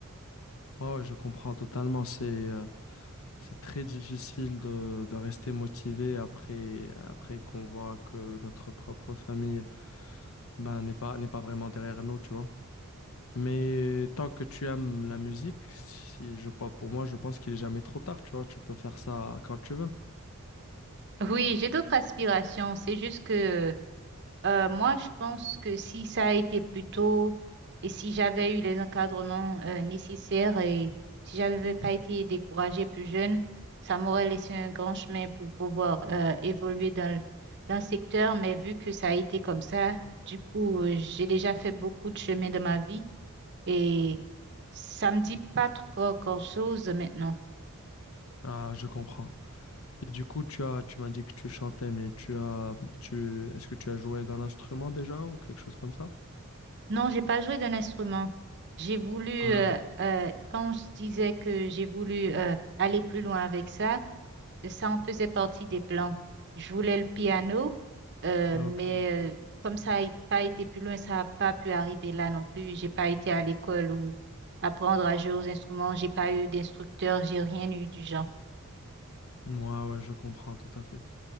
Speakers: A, on the left; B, on the right.
A: Ouais, ouais, je comprends totalement. C'est euh, C'est très difficile de, de rester motivé après, après qu'on voit que notre propre famille ben, n'est pas, n'est pas vraiment derrière nous, tu vois. Mais tant que tu aimes la musique, si je, pas- pour moi, je pense qu'il est jamais trop tard, tu vois. Tu peux faire ça quand tu veux.
B: Oui, j'ai d'autres aspirations. C'est juste que euh, moi, je pense que si ça a été plus tôt et si j'avais eu les encadrements euh, nécessaires et si j'avais pas été découragée plus jeune, ça m'aurait laissé un grand chemin pour pouvoir euh, évoluer dans, le- dans le secteur. Mais vu que ça a été comme ça, du coup, euh, j'ai déjà fait beaucoup de chemin de ma vie et ça me dit pas trop grand-chose maintenant.
A: Ah, je comprends. Et du coup, tu as, tu m'as dit que tu chantais, mais tu as, tu, est-ce que tu as joué d'un instrument déjà ou quelque chose comme ça?
B: Non, j'ai pas joué d'un instrument. J'ai voulu,
A: Ah,
B: euh, euh, quand je disais que j'ai voulu euh, aller plus loin avec ça, ça en faisait partie des plans. Je voulais le piano, euh,
A: ok.
B: mais euh, comme ça n'a pas été plus loin, ça n'a pas pu arriver là non plus. J'ai pas été à l'école ou apprendre à jouer aux instruments. J'ai pas eu d'instructeur, j'ai rien eu du genre.
A: Moi, ouais, ouais, je comprends tout à fait.